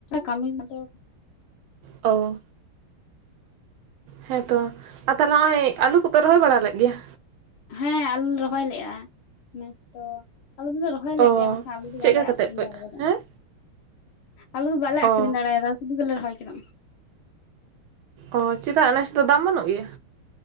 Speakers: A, on the left; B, on the right.
A: ᱠᱟᱹᱢᱤ ᱫᱚ
B: ᱚ ᱦᱮᱸ ᱛᱚ ᱟᱯᱮ ᱛᱟᱦᱚᱞᱮ ᱱᱚᱜ ᱚᱭ ᱟᱹᱞᱩ ᱠᱚᱯᱮ ᱨᱚᱦᱚᱭ ᱵᱟᱲᱟ ᱞᱮᱫ ᱜᱮᱭᱟ
A: ᱦᱮᱸ ᱟᱞᱩ ᱨᱚᱦᱚᱭ ᱞᱮᱫᱼᱟ ᱱᱮᱥ ᱛᱚ ᱟᱞᱩ ᱫᱚᱞᱮ ᱨᱚᱦᱚᱭ ᱞᱮᱫ
B: ᱚ
A: ᱜᱮᱭᱟ ᱢᱮᱱᱠᱷᱟᱱ ᱟᱞᱮ ᱫᱚ
B: ᱪᱮᱫᱠᱟ
A: ᱵᱟᱞᱮ ᱟᱠᱷᱨᱤᱧ
B: ᱠᱟᱛᱮᱫ ᱯᱮ
A: ᱫᱟᱲᱮᱭᱟᱫᱟ
B: ᱦᱮᱸ
A: ᱟᱞᱩ ᱫᱚ ᱵᱟᱞᱮ ᱟᱠᱷᱨᱤᱧ
B: ᱚ
A: ᱫᱟᱲᱮᱭᱟᱫᱟᱼᱟ ᱥᱩᱫᱩ ᱜᱮᱞᱮ ᱨᱚᱦᱚᱭ ᱠᱟᱱᱟ
B: ᱚ ᱪᱮᱫᱟᱜ ᱱᱮᱥ ᱫᱚ ᱫᱟᱢ ᱵᱟᱹᱱᱩᱜ ᱜᱮᱭᱟ